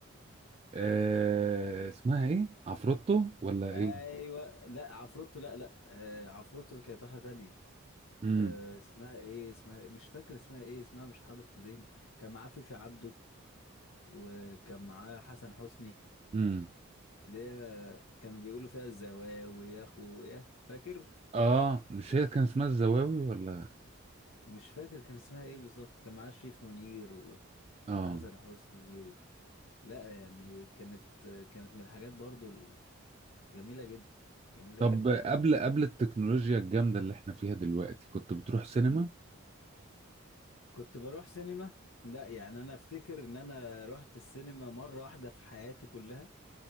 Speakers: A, on the right; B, on the left.
A: آه اسمها ايه عفروتو ولا
B: ايوه
A: ايه
B: لا عفروتو لا لا آه، عفروتو كانت واحدة تانية
A: امم
B: آه، اسمها ايه اسمها إيه؟ مش فاكر اسمها ايه اسمها مش حاضر في ذهني كان معاه فيفي عبده وكان معاه حسن حسني
A: امم
B: اللي هي كانوا بيقولوا فيها الزواوي يا اخويا فاكر
A: اه مش هي كان اسمها الزواوي ولا
B: مش فاكر كان اسمها ايه بالظبط كان معاه شريف منير و...
A: اه
B: وحسن حسني و... لا يعني كانت كانت من الحاجات برضو جميلة جدا جميلة
A: طب
B: جدا
A: قبل
B: يعني.
A: قبل التكنولوجيا الجامدة اللي احنا فيها دلوقتي كنت بتروح سينما
B: مم. كنت بروح سينما لا يعني انا افتكر ان انا رحت السينما مرة واحدة في حياتي كلها